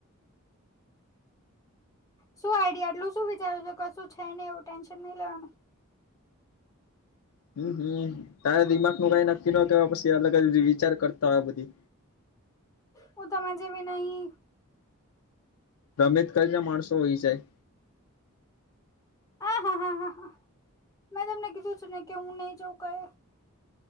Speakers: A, on the left; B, on the left.
A: શું આઈડિયા એટલું શું વિચાર છો? કશું છે નઈ એવું ટેન્શન નઈ લેવાનું.
B: હમ્મ હમ્મ તારેા દિમાગ નું કઈ નક્કી ન કેવાય, પછી અલગ જ વિચાર કરતા હોય બધી.
A: હુ તમાર જેવી નહીં.
B: <unintelligible> ના માણસો હોય જાય
A: હા હા હા હા હા મેં તમને કીધું છેું ને કે હું નહી જઉં કઈ.